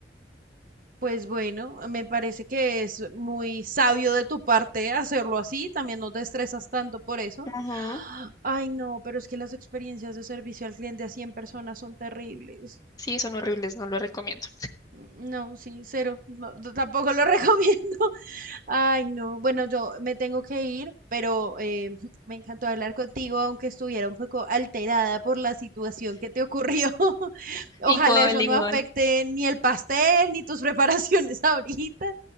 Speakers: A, on the right; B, on the left.
A: Pues bueno, me parece que es muy sabio de tu parte hacerlo así, también no te estresas tanto por eso.
B: Ujú.
A: Ay, no, pero es que las experiencias de servicio al cliente a 100 personas son terribles.
B: Sí, son horribles, no lo recomiendo.
A: No, sí, cero, no, t- tampoco lo <laughs> recomiendo. Ay, no, bueno, yo me tengo que ir, pero eh, <laughs> me encantó hablar contigo, aunque estuviera un poco alterada por la situación que te ocurrió. <laughs> Ojalá
B: Igual,
A: eso
B: igual.
A: no afecte ni el pastel ni tus <laughs> preparaciones ahorita.